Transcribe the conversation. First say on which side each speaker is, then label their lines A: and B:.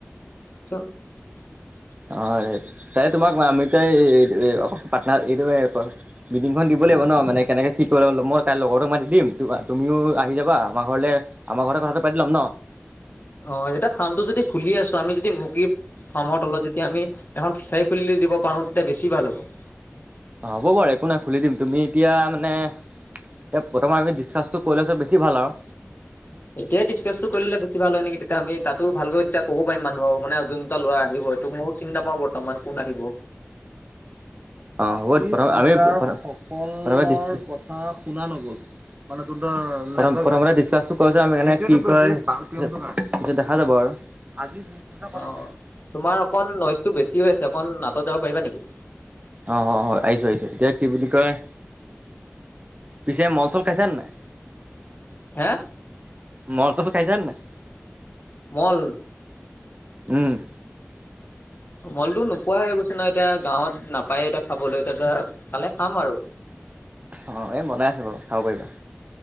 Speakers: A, on the left (about 45°); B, on the right (about 30°).
A: <unintelligible>
B: অ তাই তোমাক আমি দুটাই এ পাটনা এইটোৱে অকল মিটিংখন দিব লাগিব ন মানে কেনেকে কি ত মই তাইৰ লগৰটোক মাতি দিম তু তুমিও আহি যাবা আমাৰ ঘৰলে আমাৰ ঘৰতে কথাটো পাতি ল'ম ন।
A: অ এতিয়া ফাৰ্মটো যদি খুলি আছোঁ আমি যদি মুৰ্গী ফাৰ্মৰ তলত যেতিয়া আমি এখন ফিচাৰী খুলি দিব পাৰোঁ তেতিয়া বেছি ভাল হ'ব।
B: অ হ'ব বাৰু একো নাই খুলি দিম তুমি এতিয়া মানে এতিয়া প্ৰথমে আমি ডিচকাচটো কৰি লোৱাটো বেছি ভাল আৰু
A: এতিয়াই ডিচকাচটো কৰি ল'লে বেছি ভাল হয় নেকি তেতিয়া আমি তাতো ভালকৈ তেতিয়া ক'ব পাৰিম মানুহক মানে যোনকেইটা ল'ৰা আহিব এইটো মও চিনি নাপাওঁ বৰ্তমান কোন আহিব।
B: অ হ'ব আমি, <unintelligible> প্ৰথম আমি ক, শুনা নগ'ল। মানে তহঁতৰ, প্ৰথমতে ডিচকাচটো কৰোঁ চোন আমি এনে কি কয় পিছত দেখা যাব আৰু আজি বি কথাটো
A: অ তোমাৰ অকণ নইজটো বেছি হৈ আছে অকন আঁতৰত যাব পাৰিবা নেকি?
B: অ হ হ আহিছোঁ আহিছোঁ এতিয়া কি বুলি কয় পিছে মন চন খাইছে নে নাই?
A: হে
B: মদ চদ খাইছা নে নাই
A: মল।
B: উম
A: মলটো নোপোৱা হৈ গৈছোঁ নহয় এতিয়া গাঁৱত নাপায় এতিয়া খাবলৈ এতিয়া পালে খাম আৰু।
B: অহ, এই বনাই আছে বাৰু খাব পাৰিবা।